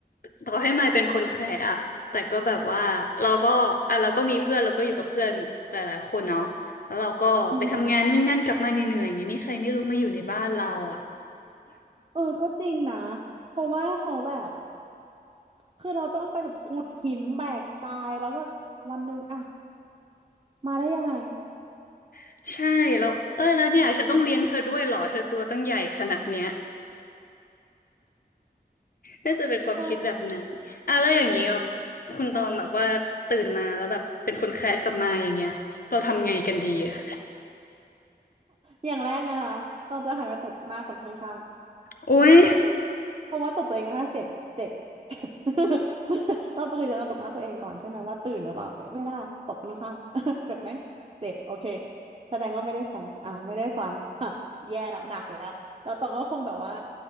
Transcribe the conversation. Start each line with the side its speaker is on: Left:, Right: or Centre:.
Left: ต่อให้มายเป็นคนแคร์อะแต่ก็แบบว่าเราก็อ่ะเราก็มีเพื่อนเราก็อยู่กับเพื่อนหลายๆคนเนาะแล้วเราก็ไปทำงานนู่นนนั่นกลับมาเหนื่อยๆอย่างเงี้ยมีใครไม่รู้มาอยู่ในบ้านเราอะ
Right: อืมเออก็จริงนะเพราะว่าเขาแบบ คือเราต้องไปแบบขุดหินแบกทรายแล้วก็วันหนึ่งอ่ะมาได้ยังไง
Left: <laughs> ใช่แล้วเออแล้วเนี่ยฉันต้องเลี้ยงเธอด้วยเหรอเธอตัวตั้งใหญ่ขนาดเนี้ยน่าจะเป็นความคิดแบบนั้นอ่ะแล้วอย่างนี้แบบ
Right: ใช่เข้าใจ
Left: คุณตองแบบว่าตื่นมาแล้วแบบเป็นคนแคะกลับมาอย่างเงี้ยเราทำไงกันดีอะ
Right: อย่างแรกนะคะต้องจะหันไปตบหน้าคนข้าง
Left: โอ๊ย
Right: ๆเพราะว่าตบตัวเองไม่ได้เจ็บเจ็บเจ็บ <laughs> มันเราปกติจะตบหน้าตัวเองก่อนใช่ไหมว่าตื่นหรือเปล่าไม่ไม่ได้ตบคนข้างๆ <laughs> เจ็บไหมเจ็บโอเคแสดงว่าไม่ได้ฝันอ่าไม่ได้ฝัน <laughs> ค่ะแย่แล้วหนักแล้วแล้วตองก็คงแบบว่า